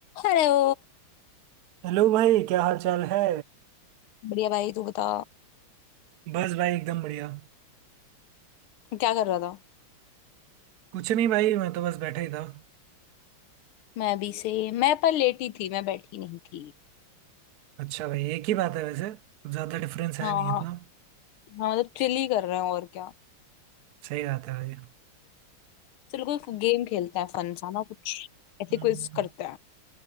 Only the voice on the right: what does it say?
Hello भाई क्या हाल चाल है
बस भाई एकदम बढ़िया
कुछ नहीं भाई मैं तो बस बैठा ही था
अच्छा भाई एक ही बात है वैसे कुछ ज्यादा डिफरेंस है
नहीं
इतना
सही बात है भाई
हम्म,